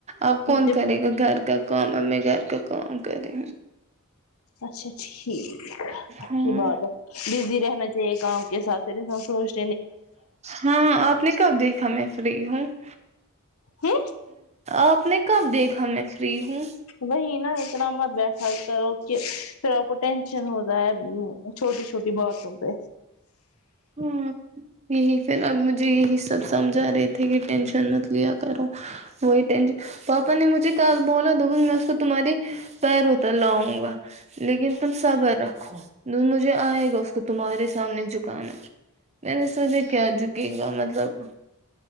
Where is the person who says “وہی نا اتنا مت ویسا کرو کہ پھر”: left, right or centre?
Left